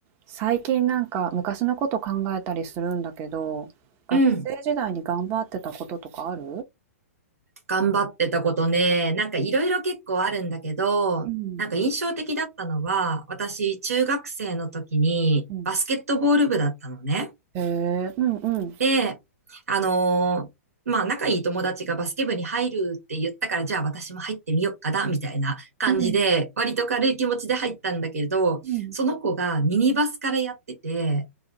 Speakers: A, on the right; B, on the right.
A: 最近なんか昔のこと考えたりするんだけど学生時代に頑張ってたこととかある
B: うん。頑張ってたことね、なんかいろいろ結構あるんだけど、
A: うん
B: なんか印象的だったのは、私、中学生の時にバスケットボール部だったのね。
A: うんへえうんうん
B: で、あのーまあ、仲いい友達がバスケ部に入るって言ったから、じゃあ私も入ってみよっかな、みたいな感じで、
A: うん
B: 割と軽い気持ちで入ったんだけど、
A: うん
B: その子がミニバスからやってて、